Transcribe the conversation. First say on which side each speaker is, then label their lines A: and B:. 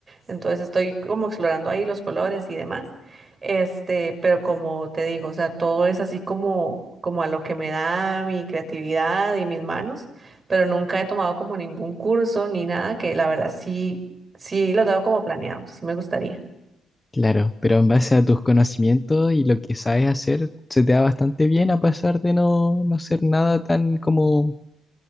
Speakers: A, on the right (about 30°); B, on the left (about 20°).
A: entonces estoy como explorando ahí los colores y demás. Este, pero como te digo, o sea, todo es así como como a lo que me da mi creatividad y mis manos, pero nunca he tomado como ningún curso ni nada que la verdad sí sí lo tengo como planeado, sí me gustaría.
B: Claro, pero en base a tus conocimientos y lo que sabes hacer, se te da bastante bien a pesar de no, no ser nada tan como